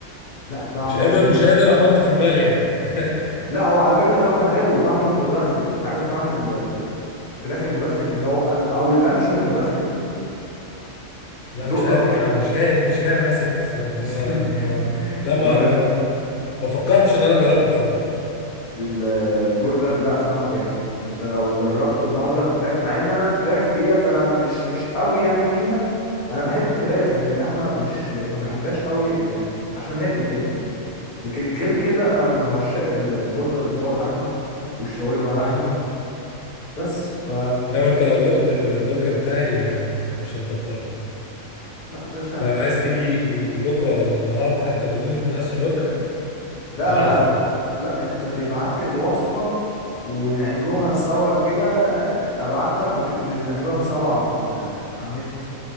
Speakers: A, on the left (about 40°); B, on the left (about 80°).
A: لا طعمه
B: مش قادر مش قادر احطه في دماغي يعني <laughs>
A: لا هو على فكره طعمه حلو وطعمه مدخن عارف طعم ال- ال- ال- الفراخ المدخن اللي هو ال- او اللانشون المدخن
B: لا
A: دقته
B: مش عارف
A: قبل كده
B: ما مش جاي مش جاي معايا سكه الصراحه
A: <laughs>
B: ان انا ما ما-
A: مش
B: لا ما
A: ما
B: ما ما فكرتش ان انا اجربه بصراحه
A: البرجر لا طعمه جامد انت لو جربته مره الفراخ مع ان انا الفراخ ديت انا مش مش قوي يعني فيها انا بحب الفراخ ان اللحمه مش ما بحبهاش قوي يعني عشان هي بتتعبني لكن غير كده انا من عشاق البرجر اللي هو اللحمه والشاورما لحمه
B: مم.
A: بس ف
B: لو انت لو دقت البرجر بتاعي آه، مش هتبطله
A: لا باشا
B: لو
A: انت
B: عايز تيجي بكره ولا النهارده حتى بالليل نتعشى برجر
A: لا
B: تعالى
A: انا
B: صح
A: ب... لا انت تبعت لي الوصفه ونعملوها سوا كده ابعت لك وتبقى نعملوها سوا على ال... على النت